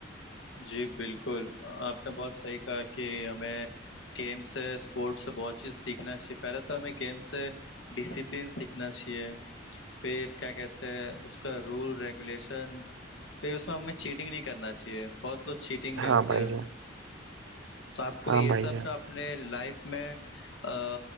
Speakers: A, on the left; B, on the right.
A: جی بالکل آپ نے بہت صحیح کہا کہ ہمیں گیمس ہے اسپورٹس سے بہت چیز سیکھنا چاہیے پہلے تو ہمیں گیمس سے ڈسپلین سیکھنا چاہیے پھر کیا کہتے ہیں اس کا رول ریگولیشن پھر اس میں ہمیں چیٹنگ نہیں کرنا چاہیے بہت لوگ چیٹنگ کرتے
B: ہاں بھائی
A: ہیں
B: جان
A: تو آپ کو
B: ہاں
A: یہ
B: بھائی
A: سب
B: جان
A: ن اپنے لائف میں ا